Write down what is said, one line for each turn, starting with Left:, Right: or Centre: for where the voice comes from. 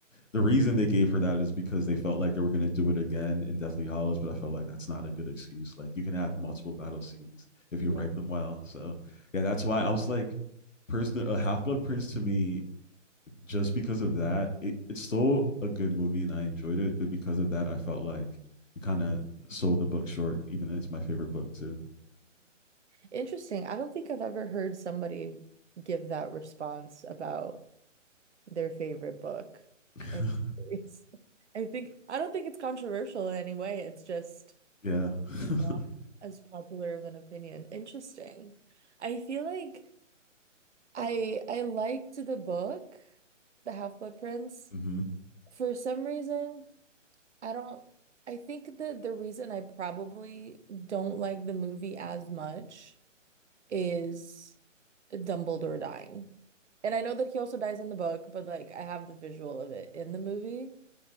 Left: the reason they gave for that is because they felt like they were going to do it again in Deathly Hallows. but I felt like that's not a good excuse. Like you can have multiple battle scenes if
Right: Yeah.
Left: you write them well. So yeah, that's why I was like, person, a Half Blood Prince to me just because of that, it, it's still a good movie and I enjoyed it. But because of that, I felt like it kind of sold the book short, even though it's my favorite book too.
Right: Interesting. I don't think I've ever heard somebody give that response about their favorite book.
Left: <laughs>
Right: And it's, <laughs> I think, I don't think it's controversial in any way. It's just
Left: yeah. <laughs>
Right: not as popular of an opinion. Interesting. I feel like I I liked the book, The Half-Blood Prince.
Left: hmm
Right: For some reason, I don't, I think that the reason I probably don't like the movie as much is Dumbledore dying. And I know that he also dies in the book, but like I have the visual of it in the movie